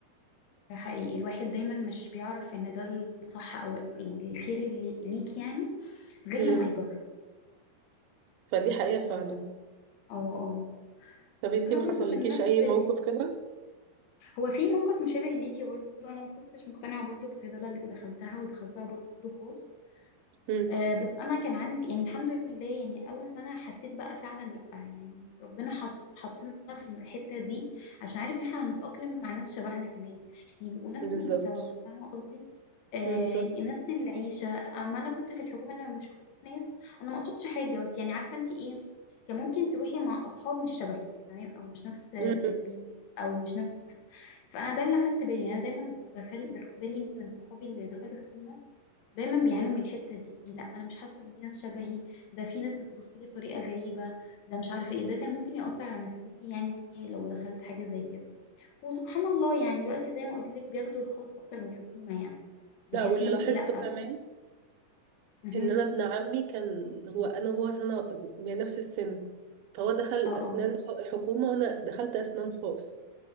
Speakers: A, on the left; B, on the right.
A: ده حقيقي الواحد دايما مش بيعرف ان ده الصح او ال- يعني الخير اللي ليك يعني غير
B: امم
A: لما يجرب
B: فدي حقيقة
A: ف-
B: فعلا
A: اه اه
B: طب انت
A: انا
B: ما
A: برضو
B: حصلكيش
A: كان نفس
B: اي موقف
A: ال...
B: كده
A: هو في موقف مشابه ليكي برضه انا ما كنتش مقتنعه برضه بصيدله اللي دخلتها ودخلتها برضه خاص
B: امم
A: آه، بس انا كان عندي يعني الحمد لله يعني اول سنه حسيت بقى فعلا لا يعني ربنا حط حطنا في الحته دي عشان عارف ان احنا هنتاقلم مع ناس شبهنا كمان يعني بيبقوا نفس
B: بالظبط
A: المستوى فاهمه قصدي آه
B: مم، بالظبط
A: نفس العيشه اما انا كنت في الحكومه لما بشوف ناس انا ما قصدتش حاجه بس يعني عارفه انت ايه كان ممكن تروحي مع اصحاب مش شبهك تمام او مش نفس
B: مم.
A: تربيتك او مش نفس فانا ده اللي خدت بالي يعني انا دايما بخل... باخد بالي من صحابي اللي دخلوا حكومه دايما بيعانوا من الحتة دي لا انا مش حاسة بيه ناس شبهي ده في ناس بتبص لي بطريقة غريبة ده مش عارفة ايه ده كان ممكن يأثر على نفسيتي يعني لو دخلت حاجة زي كده وسبحان الله يعني دلوقتي زي ما قلت لك بياخدوا الخاص اكتر من الحكومة يعني بيحس
B: لا واللي
A: ان
B: لاحظته
A: انت لا
B: كمان
A: مهم.
B: ان انا ابن عمي كان هو انا وهو سنة يعني نفس السن فهو دخل
A: اه
B: اسنان
A: اه
B: ح- حكومة وانا أس- دخلت اسنان خاص